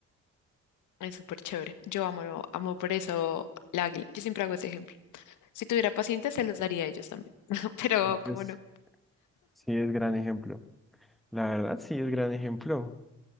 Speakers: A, on the left (about 80°); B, in the centre.
A: Es súper chévere. Yo amo, amo por eso la águila. Yo siempre hago ese ejemplo. Si tuviera pacientes, se los daría a ellos también. <laughs> Pero,
B: Es,
A: como
B: es-
A: no?
B: sí, es gran ejemplo. La verdad, sí, es gran ejemplo.